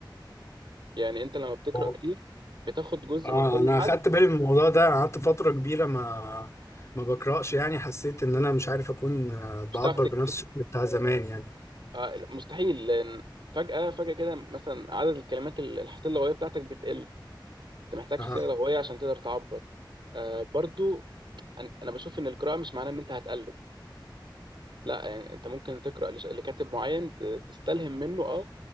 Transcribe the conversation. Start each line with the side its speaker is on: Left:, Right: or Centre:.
Right: يعني انت لما بتقرأ
Left: اه
Right: كتير بتاخد جزء
Left: انا
Right: من كل حد
Left: اخدت بالي من الموضوع ده قعدت فتره كبيره ما ما بقراش يعني حسيت ان انا مش عارف اكون آه، بعبر
Right: مش هتعرف تكتب
Left: بنفس الشكل بتاع زمان يعني
Right: آه، مستحيل لان فجأة فجأة كده مثلا عدد الكلمات ال- الحصيلة اللغوية بتاعتك بتقل انت محتاج
Left: اه
Right: حصيلة لغوية عشان تقدر تعبر آه، برضو أن- انا بشوف ان القراءة مش معناه ان انت هتقلد لا يعني انت ممكن تقرأ لش- لكاتب معين ت- تستلهم منه اه